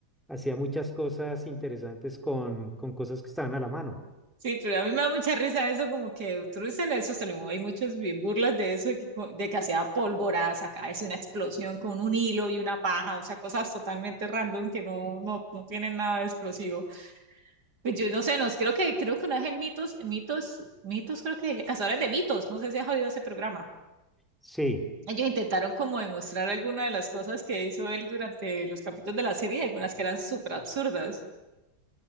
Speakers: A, in the centre; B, on the right (about 50°).
A: hacía muchas cosas interesantes con, con cosas que estaban a la mano.
B: Sí, pero a mí me da mucha risa eso, como que tú dices en eso, salió, hay muchas bi- burlas de eso, de que, co- de que hacía polvoradas acá, decía una explosión con un hilo y una paja, o sea, cosas totalmente random que no, no, no tienen nada de explosivo. Pues yo no sé, nos, creo que, creo que una vez en Mitos, Mitos, Mitos, creo que Cazadores de Mitos, no sé si has oído ese programa.
A: Sí.
B: Ellos intentaron como demostrar algunas de las cosas que hizo él durante los capítulos de la serie, algunas que eran súper absurdas.